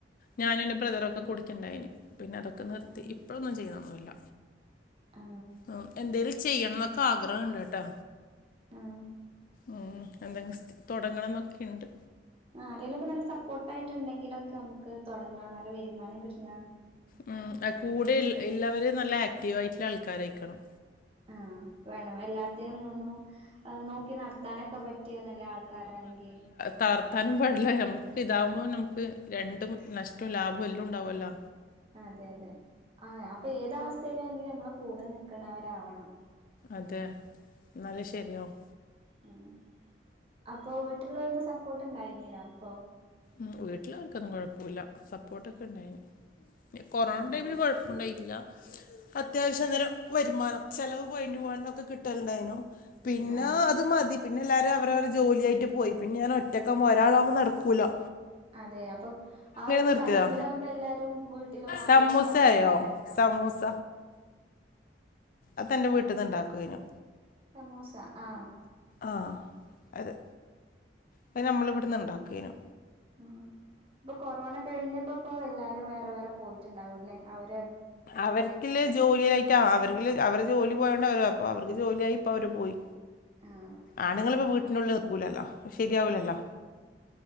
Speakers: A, on the left; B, on the right.
A: ഞാനും എന്റെ ബ്രദറൊക്കെ കുടിക്കിണ്ടായിനി പിന്നെ അതൊ നിർത്തി
B: ആ
A: ഇപ്പോളൊന്നും ചെയ്യുന്നൊന്നുല്ല
B: ആ
A: മ് എന്തേലെ ചെയ്യണന്നൊക്കെ ആഗ്രഹണ്ട്ട്ടോ.
B: ആഹ്.
A: ആ എന്തെസ്റ്റ് തൊടങ്ങണം ന്നൊക്കെണ്ട്.
B: ആ ആരെേലൊക്കെ നല്ല സപ്പോട്ടായിട്ണ്ടെങ്കിലൊക്കെ അമ്ക്ക് തൊടങ്ങാം നല്ല വരുമാനം കിട്ടണ
A: മ് ആ കൂടെ ഇള്ള ഇള്ളവര് നല്ല ആക്റ്റീവായിട്ട്ള്ള ആൾക്കാരായിരിക്കണം.
B: ആ വേണം എല്ലാത്തിനും ഒന്ന് നോക്കി നടത്താനൊക്കെ പറ്റിയ നല്ല ആൾക്കാരാണെങ്കി
A: തകർത്താനും പാടില്ല നമക്ക് ഇതാവുമ്പോ നമുക്ക് രണ്ടും നഷ്ടവും ലാഭവും എല്ലാം ഉണ്ടാവുമല്ലോ
B: അതെ അതെ ആ അപ്പൊ ഏത് അവസ്ഥയിലാണെങ്കിലും നമ്മൾ കൂടെ നിൽക്കണവരാവണം
A: അതെ എന്നാലും ശരിയാവും
B: ആഹ് അപ്പൊ വീട്ടിലുള്ളവൊന്ന സപ്പോർട്ട് ഉണ്ടായിരുന്നില്ല അപ്പൊ
A: ആഹ് വീട്ടിലവർക്കൊന്നും കുഴപ്പമില്ല സപ്പോർട്ടൊക്കെ ഉണ്ടായിന് കൊറോണ
B: ഉം
A: ടൈമില് കുഴപ്പം ഉണ്ടായിട്ടില്ല അത്യാവശ്യ നേരം വരുമാനം ചെലവ് പോയി പോകന്നൊക്കെ കിട്ടലുണ്ടായിനു പിന്നെ
B: ആഹ്
A: അത് മതി പിന്നെ എല്ലാവരും അവരവർ ജോലിയായിട്ടു പോയി പിന്നെ ഞാൻ ഒറ്റക്കാകുമ്പോൾ ഒരാളാകുമ്പോൾ നടക്കൂല്ല
B: അതെ അപ്പൊ ആ ഒരു
A: നിർത്തിയതാ
B: ടൈമിലാകുമ്പോ എല്ലാരും വീട്ടിലും നാലുപോറത്തൊക്കെ
A: സമൂസ ആയോ
B: ഉണ്ടാവും
A: സമൂസ അതന്റെ വീട്ടിൽന്ന് ഉണ്ടാക്കെനു
B: സമൂസ ആഹ്
A: ആഹ് അതെ അത് നമ്മളിവിടുന്ന് ഉണ്ടാക്കെനു
B: ആഹ് ഇപ്പൊ കൊറോണ കഴിഞ്ഞപ്പപ്പോ എല്ലാരും വേറെ വേറെ പോയിട്ടുണ്ടാവൂല്ലേ അവര
A: അവർക്കില്ല ജോലി ആയി ട്ടാ അവരിക്ക്ള്ള അവരെ ജോലി പോയോണ്ട അവര അപ്പൊ അവർക്ക് ജോലിയായി ഇപ്പ അവര് പോയി
B: ആഹ്
A: ആണുങ്ങളിപ്പ വീട്ടിനുള്ളിൽ നിക്കൂലല്ലോ ശരിയാവൂലല്ലോ
B: ഉം